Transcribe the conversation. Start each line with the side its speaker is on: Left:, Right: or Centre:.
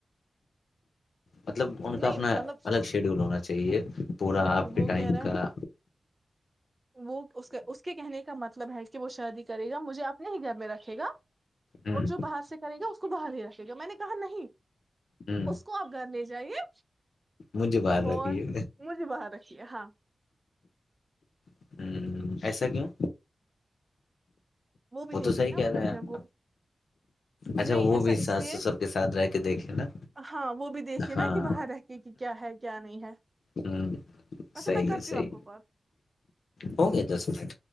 Left: مطلب ان کا
Right: نہیں
Left: اپنا
Right: مطلب
Left: الگ شیڈیول ہونا چاہیے پورا
Right: نہیں
Left: آپ کے
Right: وہ
Left: ٹائم
Right: کہہ رہا
Left: کا
Right: ہے وہ اس اس کے کہنے کا متلب مطلب ہے کہ وہ شادی کرے گا مجھے اپنے ہی گھر میں رکھے گا
Left: ہوں
Right: اور جو باہر سے کریں گا اس کو باہر ہی رکھ جو میں نے کہا نہیں
Left: ہوں
Right: اس کو آپ گھر لے جائیے
Left: مجھے باہر رکھیے
Right: اور مجھے بہت اچھی ہے ہاں
Left: ہوں ایسا کیوں
Right: وہ بھی دیکھیے
Left: تو صحیح
Right: نا
Left: کہہ
Right: مطلب
Left: رہے ہیں
Right: جب وہ
Left: اچھا
Right: نہیں
Left: وہ
Right: ایسا
Left: بھی
Right: اس
Left: ساس
Right: سے
Left: سسر کے ساتھ رہ کے دیکھے نا
Right: ہاں وہ بھی دیکھیے نا
Left: ہاں
Right: کہ باہر رہ کے کہ کیا ہے کیا نہیں ہے
Left: ہ
Right: ویسے
Left: صحیح
Right: میں کرتی
Left: ہے صحیح
Right: ہوں آپ کو کال
Left: ہو گے دس منٹ